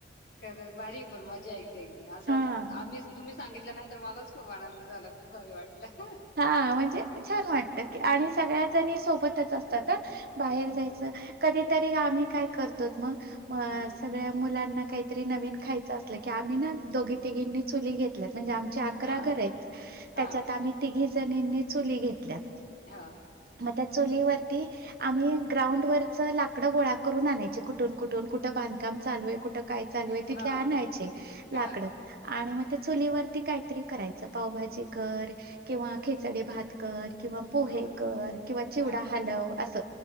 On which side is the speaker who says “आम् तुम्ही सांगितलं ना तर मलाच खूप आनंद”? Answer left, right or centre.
Left